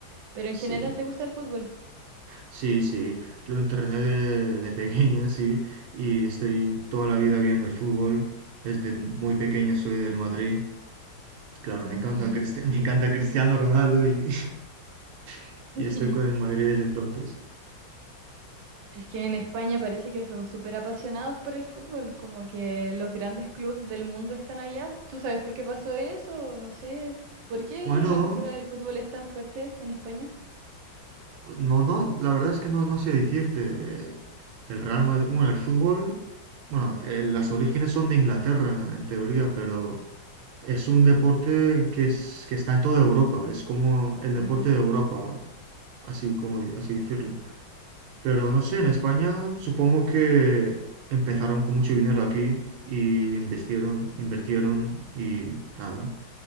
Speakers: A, on the right (about 70°); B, on the right (about 80°).
A: Pero en
B: Sí,
A: general, ¿te gusta el fútbol?
B: sí, sí. Lo entrené de, de pequeño, <laughs> sí, y estoy toda la vida viendo el fútbol. Desde muy pequeño soy del
A: Ujú.
B: Madrid. Claro,
A: Mm,
B: me encanta,
A: es,
B: Cristi- <laughs> me encanta Cristiano Ronaldo y, <laughs>
A: <laughs>
B: y estoy con el Madrid desde entonces.
A: es que en España parece que son súper apasionados por el fútbol, como que los grandes clubes del mundo están allá. ¿Tú sabes por qué pasó eso? No sé. ¿Por qué
B: Bueno,
A: la cultura del fútbol es tan fuerte en España?
B: Pues No, no, la verdad es que no, no sé decirte. eh, El Real Madrid, bueno, el fútbol, bueno, eh, las orígenes son de Inglaterra, en teoría, pero es un deporte que, es, que está en toda Europa, es como el deporte
A: Ujú.
B: de Europa, así como así decirlo. Pero no sé, en España supongo que empezaron con mucho dinero aquí y invirtieron, invirtieron y nada.